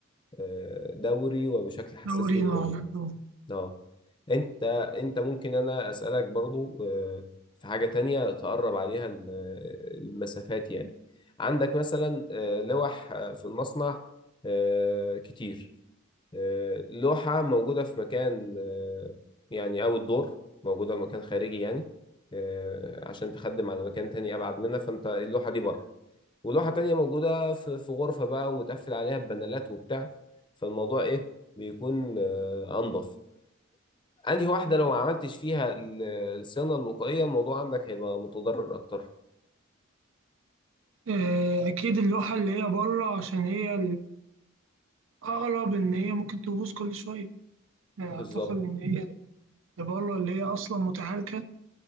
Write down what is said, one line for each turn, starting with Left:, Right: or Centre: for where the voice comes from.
Left: آه، دوري وبشكل حساس
Right: دورينا
Left: جدا يعني
Right: آه.
Left: اه انت انت ممكن انا اسالك برضو آه، في حاجه تانية تقرب عليها ال- المسافات يعني عندك مثلا آه، لوح آه، في المصنع آه، كتير آه، لوحه موجوده في مكان آه، يعني اول دور موجوده في مكان خارجي يعني آه، عشان تخدم على مكان تاني ابعد منها فانت اللوحه دي بره ولوحه تانية موجوده في في غرفه بقى ومتقفل عليها ببانلات وبتاع فالموضوع ايه بيكون آه، انضف انهي واحدة لو ما عملتش فيها ال- الصيانة الوقائية الموضوع عندك هيبقى متضرر اكتر
Right: آه، أكيد اللوحة اللي هي بره عشان هي الأقرب إن هي ممكن تبوظ كل شوية آه، أعتقد
Left: بالظبط
Right: إن هي اللي بره اللي هي أصلا متهالكة